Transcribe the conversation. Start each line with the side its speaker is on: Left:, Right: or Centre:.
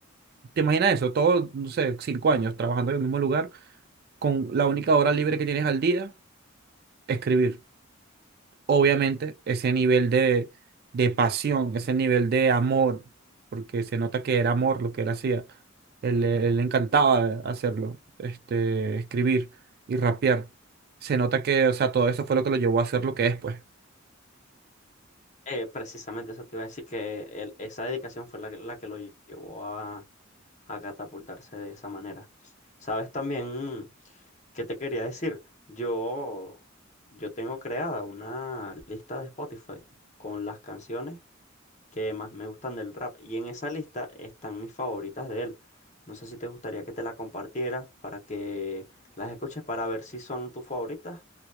Right: ¿Te imaginas eso? Todos, no sé, cinco años trabajando en el mismo lugar, con la única hora libre que tienes al día, escribir. Obviamente, ese nivel de, de pasión, ese nivel de amor, porque se nota que era amor lo que él hacía. Él, él le encantaba hacerlo, este, escribir y rapear. Se nota que, o sea, todo eso fue lo que lo llevó a hacer lo que es, pues.
Left: Eh, precisamente eso te iba a decir que el- esa dedicación fue la, que la que lo llevó a, a catapultarse de esa manera. ¿Sabes también qué te quería decir? Yo, yo tengo creada una lista de Spotify con las canciones que más me gustan del rap y en esa lista están mis favoritas de él. No sé si te gustaría que te la compartiera para que las escuches para ver si son tus favoritas